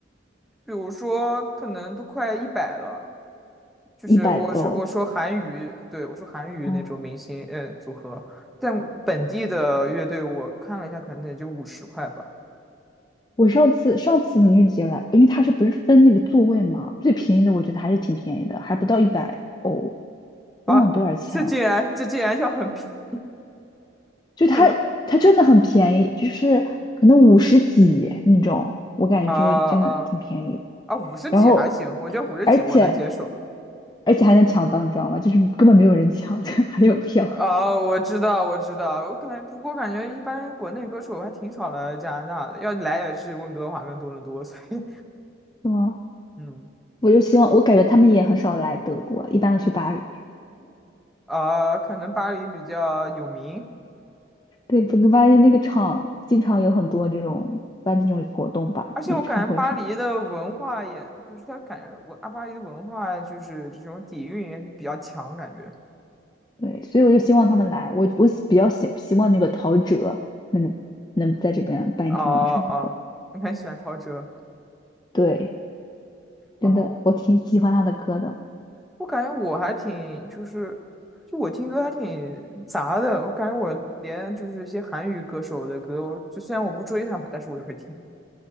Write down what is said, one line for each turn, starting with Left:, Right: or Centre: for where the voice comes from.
Centre: 比如说可能都快一百了，就是我说我说韩语，
Left: 一百多。
Centre: 对，我说韩语那种明星，
Left: 哦，
Centre: 呃，组合，但本地的乐队我看了一下，可能也就五十块吧，
Left: 我上次上次音乐杰来，因为他是不是分那个座位嘛，最便宜的我觉得还是挺便宜的，还不到一百欧，
Centre: 啊，
Left: 忘了多少钱了。
Centre: 这竟然这竟然要很便宜，
Left: 就他他真的很便宜，
Centre: 可能，
Left: 就是可能五十几那种，我感觉就真的挺便宜的。
Centre: 啊啊啊，五十几还行，
Left: 然后
Centre: 我觉得五十几我能接受，
Left: 而且而且还能抢到，你知道吗？就是根本没有人抢，<laughs> 就还有票，
Centre: 哦，我知道，我知道，我感觉，不过感觉一般国内歌手还挺少来加拿大的，要来也是温哥华跟多伦多，所以
Left: 是吗？
Centre: <laughs>，嗯，
Left: 我就希望，我感觉他们也很少来德国，一般都去巴黎。
Centre: 啊，可能巴黎比较有名，
Left: 对，整个巴黎那个场经常有很多这种办这种活动吧，
Centre: 而且我感觉巴黎的文化也，
Left: 演唱会什么的。
Centre: 就是他感觉文啊，巴黎的文化就是这种底蕴比较强，感觉，
Left: 对，所以我就希望他们来。我我喜比较希希望那个陶喆能能在这边办一场演唱会。
Centre: 哦哦，你很喜欢陶喆
Left: 对，
Centre: 啊，
Left: 真的，
Centre: 我
Left: 我挺喜欢他的歌的，
Centre: 我感觉我还挺就是，就我听歌还挺杂的。我感觉我连就是一些韩语歌手的歌，我就虽然我不追他们，但是我也会听。